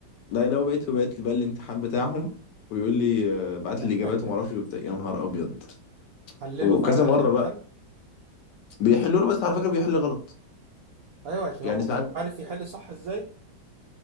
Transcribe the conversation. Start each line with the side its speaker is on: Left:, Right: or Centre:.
Left: لا لو بقيت بقيت لي بقى الامتحان بتاعهم ويقول لي آه، بعت
Right: <laughs>
Left: لي الاجابات وما اعرفش إيه وبتاع. يا نهار ابيض
Right: حلله
Left: وكذا
Right: فعلا
Left: مره
Right: الامتحان
Left: بقى بيحلوا له بس على فكره بيحل غلط
Right: ايوه عشان هو
Left: يعني ساعات
Right: مع- عارف يحل صح ازاي